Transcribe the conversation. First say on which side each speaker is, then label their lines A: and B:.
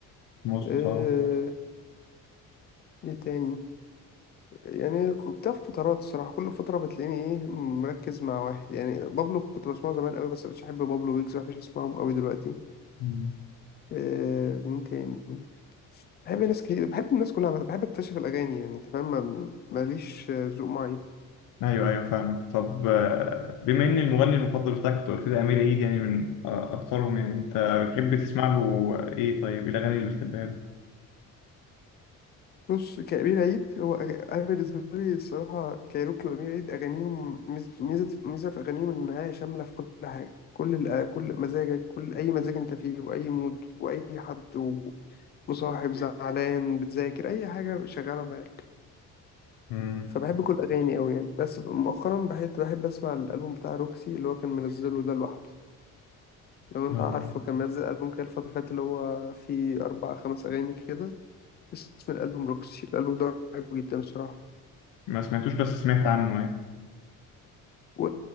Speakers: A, on the left (about 70°); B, on the left (about 30°).
A: موسكو
B: أه
A: طبعا
B: إيه تاني يعني كنت في فترات الصراحة كل فترة بتلاقيني ايه مركز مع واحد يعني بابلو كنت بسمعه زمان قوي بس مش بحب بابلو ويجز مش بسمعهم قوي دلوقتي
A: مم.
B: آه مين تاني بحب ناس كتير بحب الناس كلها عامة، بحب اكتشف الأغاني يعني انت فاهم ما- ماليش آه، ذوق معين
A: ايوه ايوه فاهمك طب آه، بما ان المغني المفضل بتاعك أنت قلت لي امير عيد يعني من آه، اكثرهم يعني انت بتحب تسمع له ايه طيب إيه الاغاني اللي بتحبها له
B: بص كأمير عيد هو أنا بالنسبة لي الصراحة كايروكي وأمير عيد أغانيهم ميز- ميزة ميزة في أغانيهم إنها شاملة في كل حاجة كل الأ- كل مزاجك كل أي مزاج أنت فيه وأي مود وأي حد مصاحب زعلان بتذاكر اي حاجه شغاله معاك
A: مم.
B: فبحب كل اغاني قوي يعني بس مؤخرا بحب بحب اسمع الالبوم بتاع روكسي اللي هو كان منزله ده لوحده لو انت
A: اه
B: عارفه كان منزل البوم كده الفتره اللي فاتت اللي هو فيه اربع خمس اغاني كده اسم الالبوم روكسي الالبوم ده بحبه جدا الصراحه
A: ما سمعتوش بس سمعت عنه ايه
B: و...